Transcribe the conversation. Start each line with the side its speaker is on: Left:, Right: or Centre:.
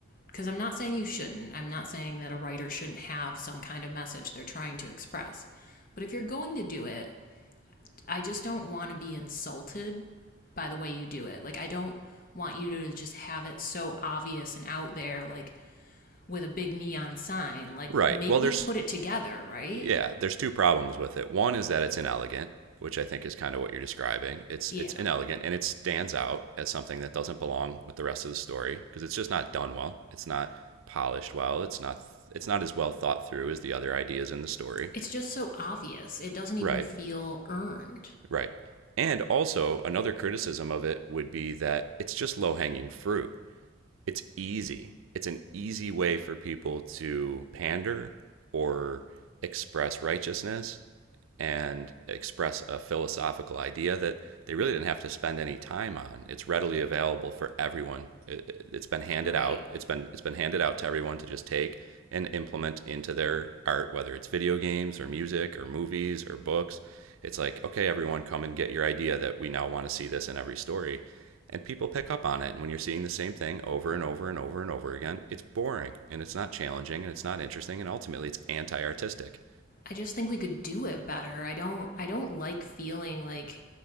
Left: because I'm not saying you shouldn't, I'm not saying that a writer shouldn't have some kind of message they're trying to express. But if you're going to do it, I just don't want to be insulted by the way you do it. Like, I don't want you to just have it so obvious and out there, like with a big neon sign. Like,
Right: Right.
Left: make
Right: Well, there's
Left: me put it together, right?
Right: yeah, there's two problems with it. One is that it's inelegant, which I think is kind of what you're describing. It's
Left: Yeah.
Right: it's inelegant and it stands out as something that doesn't belong with the rest of the story because it's just not done well. It's not polished well. It's not it's not as well thought through as the other ideas in the story.
Left: It's just so obvious. It doesn't even
Right: Right.
Left: feel earned,
Right: Right. And also another criticism of it would be that it's just low-hanging fruit. it's easy. It's an easy way for people to pander or express righteousness and express a philosophical idea that they really didn't have to spend any time on. It's readily available for everyone. It, has been handed
Left: right?
Right: out. It's been it's been handed out to everyone to just take and implement into their art, whether it's video games or music or movies or books. It's like okay, everyone, come and get your idea that we now want to see this in every story, and people pick up on it. And when you're seeing the same thing over and over and over and over again, it's boring and it's not challenging and it's not interesting and ultimately it's anti-artistic.
Left: I just think we could do it better. I don't I don't like feeling like